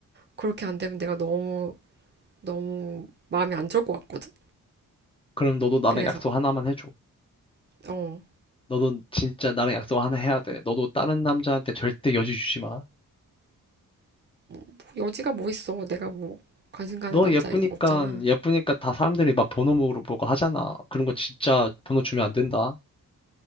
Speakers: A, on the right; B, on the left.
A: 그렇게 안 되면 내가 너무 너무 마음이 안 좋을 것 같거든.
B: 그럼 너도 나랑
A: 그래서
B: 약속 하나만 해줘.
A: 어,
B: 너도 진짜 나랑 약속 하나 해야 돼. 너도 다른 남자한테 절대 여지 주지 마.
A: 뭐 여지가 뭐 있어. 내가 뭐 관심 가는
B: 너
A: 남자
B: 예쁘니까,
A: 없잖아.
B: 예쁘니까 다 사람들이 막 번호 물어보고 하잖아. 그런 거 진짜 번호 주면 안 된다.